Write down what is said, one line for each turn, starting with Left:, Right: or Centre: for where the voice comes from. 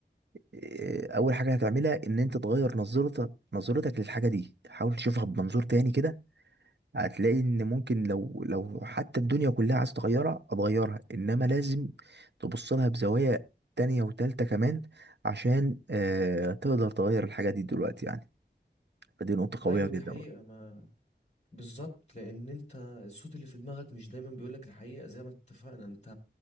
Right: آه، أول حاجة هتعملها إن أنت تغير نظرتك نظرتك للحاجة دي حاول تشوفها بمنظور تاني كده هتلاقي إن ممكن لو لو حتى الدنيا كلها عايز تغيرها هتغيرها إنما لازم تبص لها بزوايا تانية وتالتة كمان عشان آه، تقدر تغير الحاجة دي دلوقتي يعني فدي نقطة
Left: أيوة
Right: قوية جدا
Left: دي حقيقة
Right: برضه
Left: ما بالظبط لأن أنت الصوت اللي في دماغك مش دايما بيقولك الحقيقة زي ما اتفقنا أنت